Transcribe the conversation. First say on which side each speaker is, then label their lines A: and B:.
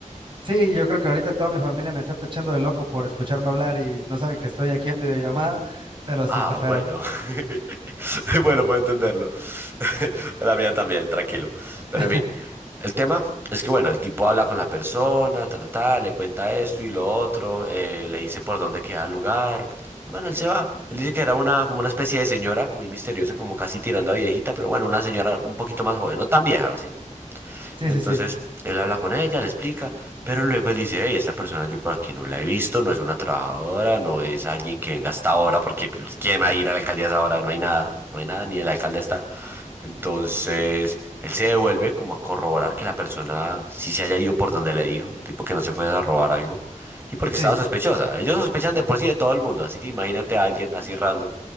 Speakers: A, on the right (about 40°); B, on the right (about 15°).
A: Sí, yo creo que ahorita toda mi familia me está tachando de loco por escucharme hablar y no saben que estoy aquí en videollamada, pero
B: Ah,
A: sí está feo.
B: bueno. <laughs> Bueno, puedo entenderlo. <laughs> La mía también, tranquilo. Pero
A: <laughs>
B: en fin, el tema es que, bueno, el tipo habla con la persona, ta, ta, ta, le cuenta esto y lo otro, eh, le dice por dónde queda el lugar. Y bueno, él se va. Él dice que era una, como una especie de señora, muy misteriosa, como casi tirando a viejita, pero bueno, una señora un poquito más joven, no tan vieja, ¿sí?
A: Sí,
B: Entonces
A: sí, sí.
B: él habla con ella, le explica, pero luego él dice, hey, esta persona yo por aquí no la he visto, no es una trabajadora, no es alguien que venga hasta ahora, porque pues, ¿quién va a ir a la alcaldía a esa hora? No hay nada, no hay nada, ni el alcalde está. Entonces él se devuelve como a corroborar que la persona sí se haya ido por donde le dijo, tipo que no se fue a robar algo, y porque
A: Sí.
B: estaba sospechosa. Ellos sospechan de por sí de todo el mundo, así que imagínate a alguien así random.